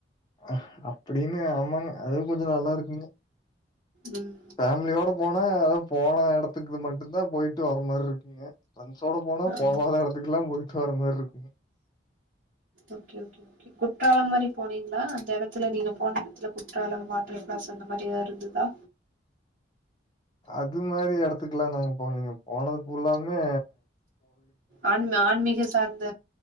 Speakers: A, on the left; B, on the right.
A: அ அப்டின்னு ஆமாங்க அதுவு கொஞ்சொ நல்லா இருக்குங்க
B: ம்
A: ஃபேம்லியோட போனா எதாவ் போன எடத்துக்குது மட்டுந்தா போய்ட்டு வர மாரி இருக்குங்க ஃப்ரெண்ட்ஸோட போனா
B: ஆமா
A: போகாத எடத்துக்குல்லா போயிட்டு வர மாற்ருக்
B: ஓகே ஓகே ஓகே குற்றாலம் மாரி போனீங்ளா அந்த எடத்துல நீங்க போன எடத்ல குற்றால வாட்டர் ஃக்ப்ளாஸ் அந்த மாரி எதாவ்து இருந்ததா
A: அத் து மாரி எடத்துக்குலா நாங்க போலீங்க போனது ஃபுல்லாவ்மே
B: ஆன்ம ஆன்மீக சு த அந்த